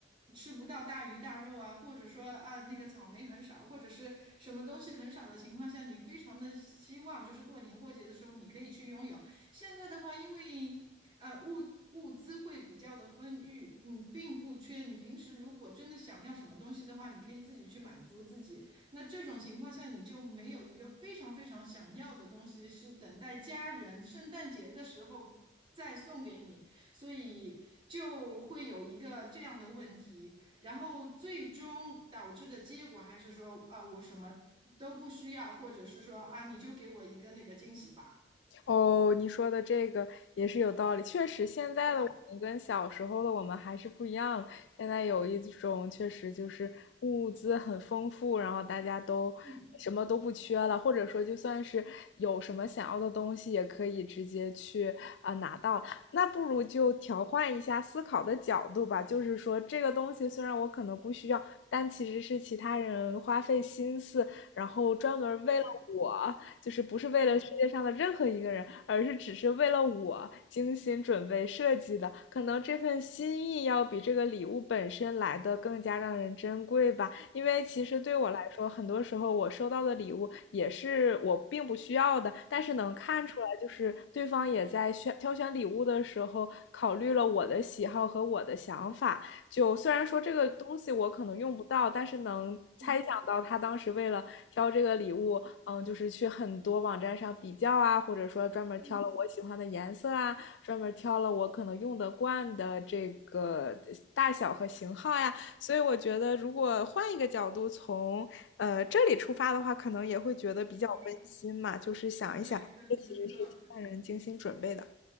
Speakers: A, on the right; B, on the left.
A: 吃不到大鱼大肉啊，或者说啊那个草莓很少，或者是什么东西很少的情况下，你非常的希望就是过年过节的时候你可以去拥有。现在的话，因为呃物物资会比较的丰裕，你并不缺。你平时如果真的想要什么东西的话，你可以自己去满足自己。那这种情况下，你就没有一个非常非常想要的东西，是等待家人圣诞节的时候再送给你，所以就会有一个这样的问题。然后最终导致的结果还是说，啊，我什么都不需要，或者是说，啊，你就给我一个那个惊喜吧。
B: 哦，你说的这个也是有道理。确实，现在的我们跟小时候的我们还是不一样了现在有一种确实就是物资很丰富，
A: 对，
B: 然后大家都什么都不缺了，
A: 嗯，
B: 或者说就算是有什么想要的东西，也可以直接去啊、呃拿到。那不如就调换一下思考的角度吧，就是说这个东西虽然我可能不需要，但其实是其他人花费心思，然后专门为了我就是不是为了世界上的任何一个人，
A: 对，嗯，
B: 而是只是为了我精心准备设计的。可能这份心意要比这个礼物本身来的更加让人珍贵吧。因为其实对我来说，很多时候我收到的礼物也是我并不需要的，但是能看出来，就是对方也在选挑选礼物的时候考虑了我的喜好和我的想法。就虽然说这个东西我可能用不到，
A: 对，
B: 但是能猜想到他当时为了挑这个礼物，
A: 嗯
B: 嗯，就是去很多网站上比较啊，或者说专门挑了我喜欢的颜色啊，
A: 嗯，
B: 专门挑了我可能用得惯的这个大小和型号呀。所以我觉得，如果换一个角度从呃这里出发的话，可能也会觉得比较温馨嘛，
A: 可能就是，
B: 就是想一想，
A: 对，可能就是说。
B: 这其实是家人精心准备的。